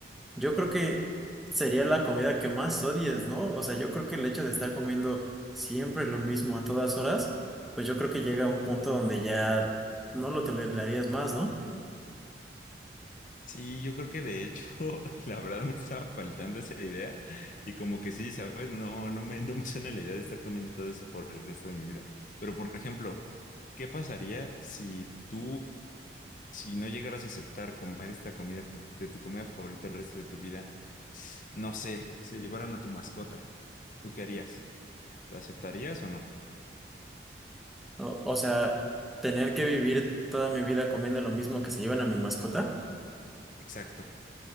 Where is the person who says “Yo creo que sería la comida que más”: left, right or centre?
Centre